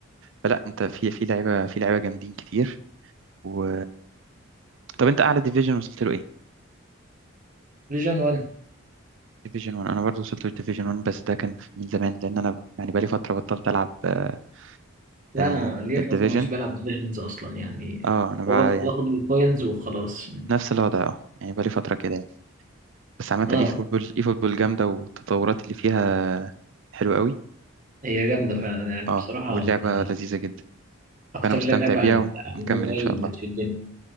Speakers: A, on the right; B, on the right.
A: فلا انت في في لعيبة في لعيبة جامدين كتير و طب انت اعلى ديفيجن وصلت له ايه؟
B: فيجن 1
A: ديفيجن 1 انا برضه وصلت له ديفيجن 1 بس ده كان من زمان لان انا يعني بقالي فترة بطلت العب آه،
B: لا
A: آه،
B: انا ليا
A: الديفيجن
B: فتره مش بلعب فيجنز اصلا يعني
A: اه انا بقى
B: هو بدخل
A: يعني
B: اخد الكوينز وخلاص
A: نفس الوضع اه يعني بقالي فترة كده يعني بس عامة
B: اه
A: اي فوتبول اي فوتبول جامدة والتطورات اللي فيها حلوة قوي
B: هي جامده
A: و...
B: فعلا يعني
A: اه
B: بصراحه
A: واللعبة
B: آه،
A: لذيذة جدا
B: اكتر
A: فأنا مستمتع
B: لعبه
A: بيها
B: على على
A: ومكمل
B: الموبايل
A: إن شاء الله
B: بتشدني